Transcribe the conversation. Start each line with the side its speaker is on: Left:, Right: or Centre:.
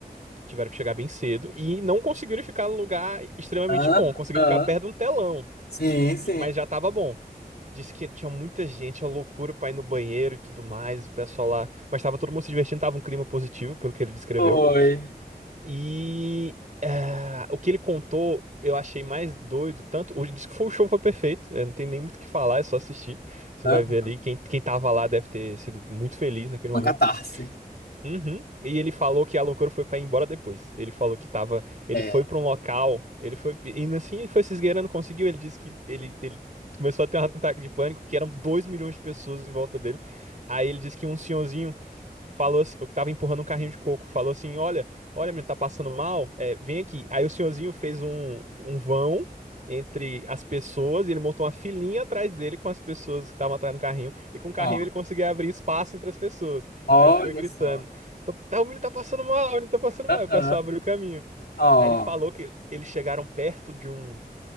Right: Tiveram que chegar bem cedo. E não conseguiram ficar num lugar extremamente
Left: Hã?
Right: bom. Conseguiram
Left: Hã?
Right: ficar perto de um telão.
Left: Sim, sim.
Right: e- Mas já tava bom. Disse que tinha muita gente, uma loucura pra ir no banheiro e tudo mais. O pessoal lá. Mas tava todo mundo se divertindo. Tava um clima positivo, pelo que ele descreveu.
Left: Foi.
Right: E ah, o que ele contou, eu achei mais doido. Tanto o disco foi o show foi perfeito. eh, Não tem nem muito o que falar, é só assistir. Você
Left: Hã?
Right: vai ver ali. Quem, quem tava lá deve ter sido muito feliz naquele momento.
Left: Uma catarse.
Right: Uhum. E ele falou que a loucura foi pra ir embora depois. Ele falou que tava. Ele
Left: É.
Right: foi pra um local. Ele foi. Indo assim, ele foi se esgueirando, conseguiu. Ele disse que ele, ele começou a ter um ataque de pânico, porque eram 2 milhões de pessoas em volta dele. Aí ele disse que um senhorzinho falou assim, eu tava empurrando um carrinho de coco, falou assim, olha, olha, menino, tá passando mal, é, vem aqui. Aí o senhorzinho fez um, um vão entre as pessoas e ele montou uma filinha atrás dele com as pessoas que estavam atrás do carrinho. E com o carrinho
Left: Ó,
Right: ele conseguia abrir espaço entre as pessoas.
Left: olha
Right: Aí ele foi gritando,
Left: só.
Right: "Tô- tá, o menino tá passando mal, o menino tá passando
Left: Aham.
Right: mal. E o pessoal abriu o caminho.
Left: Ó.
Right: Aí ele falou que eles chegaram perto de um...